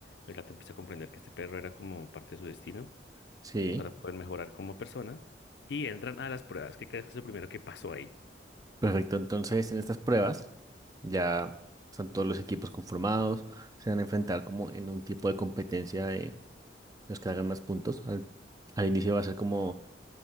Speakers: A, on the left; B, on the right.
A: El gato empieza a comprender que este perro era como parte de su destino
B: sí,
A: para poder mejorar como persona y entran a las pruebas. ¿Qué crees que es lo primero que pasó ahí?
B: perfecto, entonces en estas pruebas... Ya están todos los equipos conformados, se van a enfrentar como en un tipo de competencia de los que hagan más puntos. Al, al inicio va a ser como